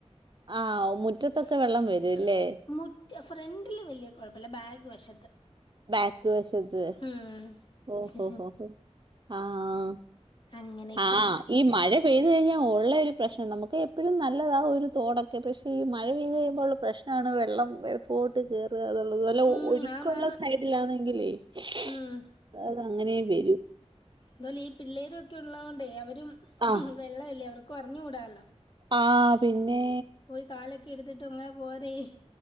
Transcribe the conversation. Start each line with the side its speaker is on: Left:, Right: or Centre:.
Right: ആ
Left: <unintelligible>
Right: മുറ്റത്തൊക്കെ വെള്ളം വരും അല്ലേ
Left: <inaudible> മുറ്റ ഫ്രണ്ട് വെല്യേ കൊയപ്പല്ല ബാക്ക് വശം
Right: ബാക്ക് വശത്ത്
Left: ഉം.
Right: ഓഹൊഹൊഹൊ
Left: ഛെ,
Right: ആഹ്
Left: അങ്ങനെയൊക്കെ.
Right: ആഹ് ഈ മഴ പൈ <unintelligible> ഴിഞ്ഞ ഒള്ള ഒരു പ്രശ്നം നമുക്ക് എപ്പഴും നല്ലതാ ഒരു തോടൊക്കെ പക്ഷെ ഈ മഴ പെയ് <unintelligible> മ്പോൾ പ്രശ്നാണ് വെള്ള <unintelligible> <inaudible> ത്കേറാ <unintelligible> നല്ല
Left: ഉം
Right: ഒഴുക്കുള്ള
Left: ആന്നാന്ന്.
Right: സൈഡിലാണെങ്കിലെ <unintelligible>
Left: ഉം.
Right: അങ്ങനെ വെരു
Left: ന്താലും ഈ പിള്ളേരൊക്കെ ഉള്ളോണ്ടേയ് അ ഇഹിഹി
Right: ആഹ്
Left: വെള്ളല്ലേ അവർക്കും അറിഞ്ഞുടാലൊ
Right: ആ പിന്നേ
Left: പോയ് കാലൊക്കെ <inaudible> വോരെ